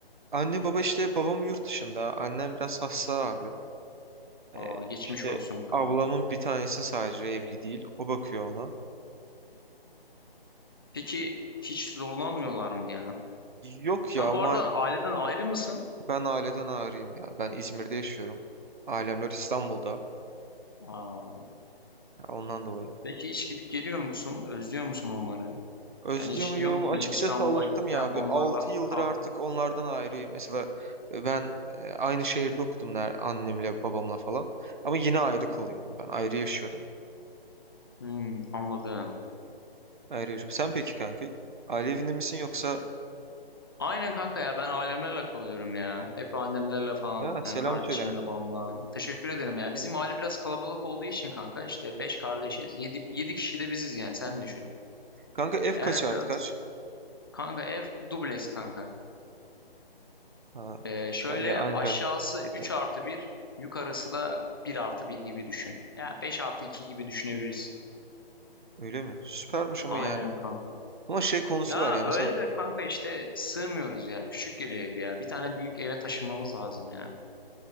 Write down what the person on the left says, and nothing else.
Aa,
geçmiş
olsun kanka.
Peki hiç zorlanmıyorlar mı ya?
Sen
bu
arada aileden ayrı mısın?
Aa,
peki hiç gidip geliyor musun? Özlüyor musun onları?
Yani hiç
diyor musun
İstanbul'a
gitsem
onlarla
kalsam?
Hmm, anladım.
Aynen kanka ya ben ailemlerle kalıyorum ya. Hep annemlerle falan
yani kardeşimle
babamla. Teşekkür ederim ya. Bizim aile biraz kalabalık olduğu için kanka işte 5 kardeşiz. Yedi yedi kişi de biziz yani sen düşün.
Yani
biraz
Kanka ev dubleks kanka.
Ee, şöyle
aşağısı
3 artı bir, yukarısı da bir artı bir gibi düşün. Yani 5 artı 2 gibi düşünebiliriz.
Aynen
kanka.
Ya
öyle
de kanka işte sığmıyoruz ya. Küçük geliyor ev ya. Bir tane büyük eve taşınmamız lazım ya.